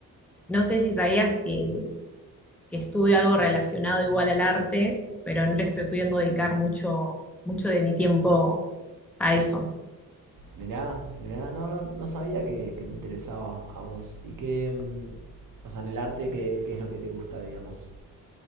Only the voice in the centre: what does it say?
no sé si sabías que, que estudio algo relacionado igual al arte, pero no le estoy pudiendo dedicar mucho, mucho de mi tiempo a eso.